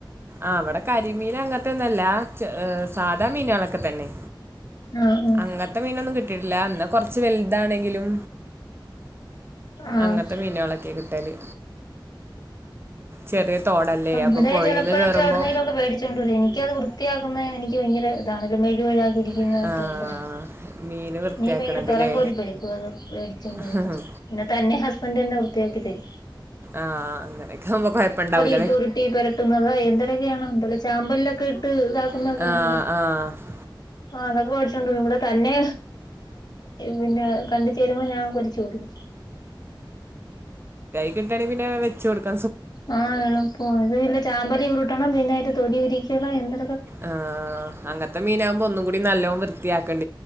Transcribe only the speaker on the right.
ആഹ് അവിടെ കരിമീൻ അങ്ങത്തെ ഒന്നല്ല സാധാ മീനുകളള
അങ്ങത്തെ മീന ട്ടില്ലന്നാ കൊറച്ച് വലുതാണെങ്കിലും
അങ്ങനത്തെ മീനുകളളൊക്കെ കിട്ടല് ചെറിയ തോടല്ലേ അപ്പൊ
പുഴീന്ന്
കേറുമ്പോ
ഇതാ
ആഹ് മീന് വൃത്തിയാക്കണതില്ലേ
ആഹ്
ആഹ് അങ്ങനെയൊക്കെുമ്പ കൊഴപ്പ ഇണ്ടാവൂല്ല
ഇട്ട്
ആഹ് ആഹ്
ടാ പിന്ന വച്ച് ഉടക്ക
ആ അങ്ങനത്തെ മീനാകുമ്പോ ഒന്നും കൂടി നല്ലോണം വൃത്തിയാക്കി